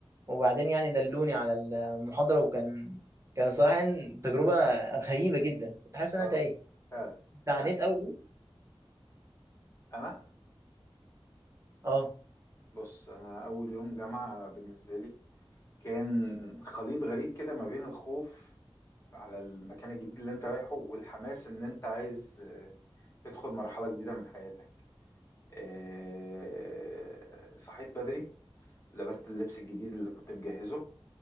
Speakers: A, on the right (about 30°); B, on the left (about 30°).
A: وبعدين يعني دلوني على المحاضره وكان كان صراحه يعني تجربه غريبه جدا كنت حاسس
B: اه
A: ان انا تايه
B: فعلا
A: انت عانيت
B: فعلا
A: اول يوم
B: انا
A: اه
B: بص انا اول يوم جامعة بالنسبة لي كان خليط غريب كده ما بين الخوف على المكان الجديد اللي انت رايحه والحماس ان انت عايز آه، تدخل مرحلة جديدة من حياتك آه، صحيت بدري لبست اللبس الجديد اللي كنت مجهزه